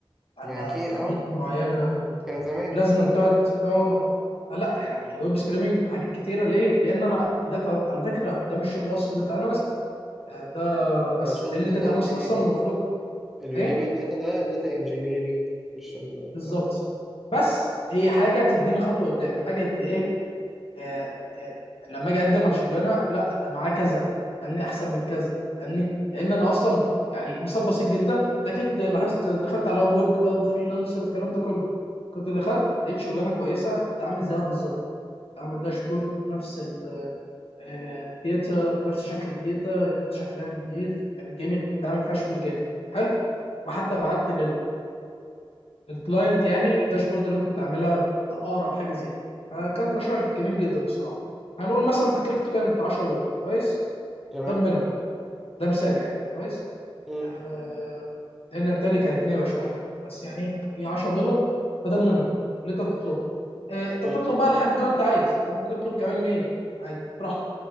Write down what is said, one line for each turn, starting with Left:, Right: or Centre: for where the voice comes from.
Left: الا
Centre: ما اكيد
Left: في
Centre: اه
Left: حدود معينه
Centre: كان زمان
Left: ولازم أن تقعد اه فلا يعني ويب سكريبنج في حاجات كتيره ليه؟ لان انا داتا على فكره ده مش شغل اصلا داتا اناليست ده بس
Centre: يعني شغل
Left: لان
Centre: داتا
Left: الداتا اناليست
Centre: انجينيرنج
Left: اصلا المفروض
Centre: اللي بيجيب
Left: ايه
Centre: الداتا ده داتا انجينيرنج مش ال...
Left: بالظبط بس هي حاجه تديني خطوه قدام حاجه آه، آه، لما اجي اقدم على شغلانه لا ده معاه كذا فاهمني احسن من كذا فاهمني لان انا اصلا يعني مثال بسيط جدا انت اكيد لاحظت دخلت على اب وورك بقى وفريلانسر والكلام ده كله كنت دخلت لقيت شغلانه كويسه كنت عامل زيها بالظبط عامل داشبورد نفس الداتا بنفس شكل الداتا الداتا شكلها نظيف كانت جميله كنت عامل فيها شغل جامد حلو وحتى بعت الكلاينت يعني الداشبورد اللي انا كنت عاملها لاقرب حاجه زي دي فكان مشروع جميل جدا الصراحه هنقول مثلا تكلفته كانت 10 دولار كويس
Centre: تمام
Left: ده المينيمم ده مثال يعني كويس
Centre: إمم.
Left: آه لان بالتالي كانت 100 وشويه بس يعني هي 10 دولار فده المينيمم اللي انت بتطلبه آه انت
Centre: اه
Left: بتطلب بقى لحد ما انت عايز انت ممكن تطلب كمان 100 عادي براحتك